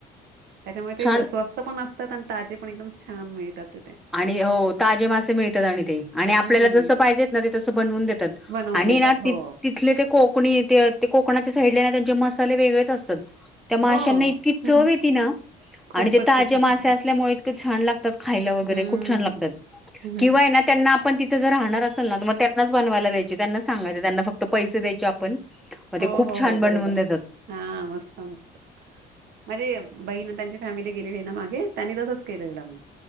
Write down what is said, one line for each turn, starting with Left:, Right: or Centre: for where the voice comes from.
Right: त्याच्यामुळे ते
Centre: छान
Right: स्वस्त पण असतात आणि ताजे पण एकदम छान मिळतात तिथे.
Centre: आणि हो ताजे मासे मिळतात आणि ते आणि आपल्याला
Right: हम्म
Centre: जसं पाहिजेत ना ते तसं बनवून देतात.
Right: बनवून
Centre: आणि
Right: देतात
Centre: ना ति
Right: हो
Centre: तिथले ते कोकणी ते कोकणाच्या साईडला ना त्यांचे मसाले वेगळेच असतात. त्या माश्यांना
Right: हो
Centre: इतकी
Right: हम्म.
Centre: चव येती ना.
Right: खूपच
Centre: आणि ते ताज्या
Right: खूपच
Centre: मासे
Right: सुंदर
Centre: असल्यामुळे इतके छान लागतात खाय व गैरे
Right: हम्म
Centre: खूप छान लागतात.
Right: हम्म.
Centre: किंवा आहे ना त्याना आपण तिथं जर राहणार असेल ना तर मग त्यांनाच बनवायला द्यायचे त्यांनाच सांगायच त्यांना फक्त पैसे द्याचे आपण मग
Right: हो
Centre: ते खूप
Right: हो
Centre: छान
Right: हो बरोबर
Centre: बनवून देतात.
Right: हा मस्त मस्त म्हणजे बहीण त्यांच्या फॅमिली गेलेली ना मागे त्यांनी तसंच केलेलं मग.